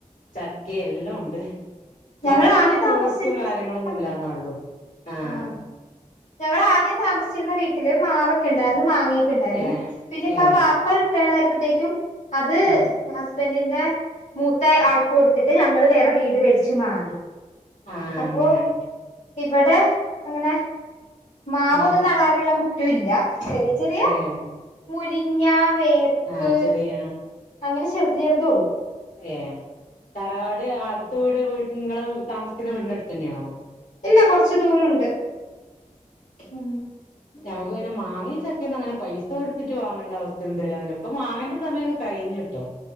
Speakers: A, on the left; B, on the left.
A: ചക്കയും എല്ലാം ഉണ്ട്
B: ഞങ്ങള്
A: മറ്റുള്ള
B: ആദ്യം താമസിച്ചിരുന്ന
A: ഫ്രൂട്ട്സും കാര്യങ്ങളൊന്നും
B: സ്ഥലം
A: ഇല്ലാന്ന ഉള്ളു ആഹ
B: ആഹ് ഞങ്ങള് ആദ്യം താമസച്ച താമസിച്ചിരുന്ന വീട്ടില് മാവൊക്കെ ഉണ്ടായിരുന്നു മാങ്ങയൊക്കെണ്ടായിരുന്നു
A: ഏഹ്
B: പിന്നെ ഇപ്പ
A: ഏഹ്
B: ആ പാപ്പർ റിട്ടയേർഡ് ആയപ്പോഴത്തേക്കും അത്
A: ആഹ്
B: ഹസ്ബൻഡിന്റെ മൂത്ത ആൾക്ക കൊടുത്തിട്ട് ഞങ്ങള്ൾ വേറെ വീട് മേടിച്ചു വച്ച് മാറി
A: ആഹ്
B: അപ്പോൊ
A: അങ്ങനെ
B: ഇവിടെ അങ്ങനെ മാവൊന്നും
A: ഏഹ്
B: നടാനുള്ള മുറ്റുമില്ല ചെറിയ ചെറിയ
A: ഏഹ്
B: മുരിങ്ങ വേപ്പ്
A: ആഹ് ചെറിയ
B: അങ്ങനെ ചെറുത് ചെറുതെ ഉള്ളു
A: ഏ തറവാട് അടുത്ത വീട് നിങ്ങള് താമസിക്കുന്ന വീടിന്റെ അടുത്ത് തന്നെയാണോ
B: ഇല്ല കൊറച്ച് ദൂരമുണ്ട് ഉ
A: നമുക്ക് അങ്ങനെ മാങ്ങേയും ചക്കയും ഒന്ന് അങ്ങനെ പൈസ കൊടുത്തിട്ട് വാങ്ങേണ്ട അവസ്ഥ ഇല്ല ഇപ്പൊമാങ്ങേടെ സമയൊക്കെഴിഞ്ഞിട്ടോ